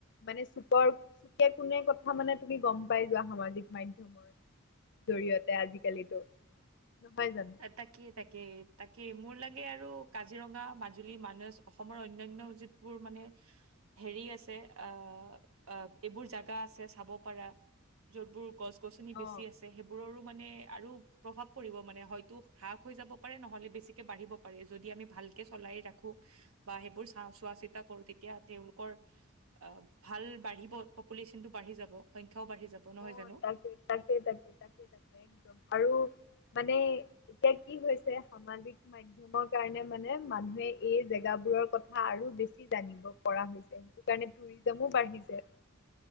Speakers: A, on the left (about 55°); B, on the right (about 75°).
A: মানে চুকৰ চুকে কোনে কথা মানে তুমি গম পাই যোৱা সামাজিক মাধ্যমৰ জৰিয়তে আজিকালিতো নহয় জানোঁ।
B: তাকেই-তাকেই-তাকেই মোৰ লাগে আৰু কাজিৰঙা, মাজুলী, মানাহ অসমৰ অন্যান্য যি বোৰ মানে হেৰি আছে অ'-অ', এইবোৰ জাগা আছে চাব পাৰা। য'তবোৰ গছ-গছনি বেছি
A: অ
B: আছে সেইবোৰৰো মানে আৰু প্ৰভাৱ পৰিব মানে হয়তো হ্ৰাস হৈ যাব পাৰে নহ'লে বেছিকে বাঢ়িব পাৰে যদি আমি ভালকে চলাই ৰাখো। বা সেইবোৰ চা চোৱা-চিতা কৰোঁ তেতিয়া তেওঁলোকৰ অ' ভাল বাঢ়িব পপুলেশ্যনটো বাঢ়ি যাব সংখ্যাও বাঢ়ি যাব। নহয়
A: অ'
B: জানো
A: তাকে তাকেই তাকে তাকেই তাক। আৰু মানে এতিয়া কি হৈছে সামাজিক মাধ্য মাধ্যমৰ কাৰণে মানে মানুহে এই জেগাবোৰৰ কথা আৰু বেছি জানিব পৰা হৈছে। সেই কাৰণে টুৰিজামো বাঢ়িছে।